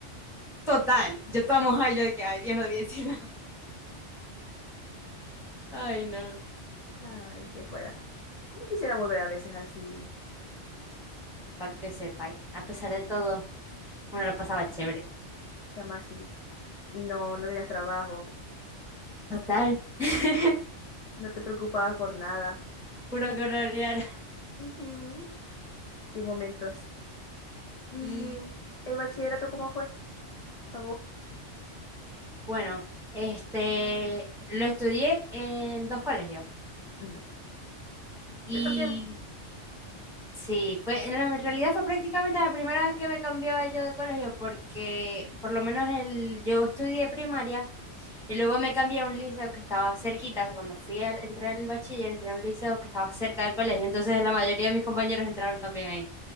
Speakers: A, in the centre; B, on the left.
A: Total, yo estaba mojada, yo de que, ay, Dios no debía decir nada. Ay, no.
B: Ay, que fuera. No quisiera volver a veces así,
A: Para que sepáis, a pesar de todo, uno la pasaba chévere.
B: chama así. Y no, no tenías trabajo.
A: Total. <laughs>
B: No te preocupabas por nada.
A: Puro colorear.
B: Ujú. Qué momentos. ¿Y
A: Mm,
B: el bachillerato cómo fue? ¿Para vos?
A: Bueno, este, lo estudié en dos colegios
B: Ujú.
A: y
B: Yo también.
A: sí, fue, en, la, en realidad fue prácticamente la primera vez que me cambiaba yo de colegio porque por lo menos el, yo estudié primaria y luego me cambié a un liceo que estaba cerquita, o sea, cuando fui al, entré al bachiller, entré a un liceo que estaba cerca del colegio, entonces la mayoría de mis compañeros entraron también ahí.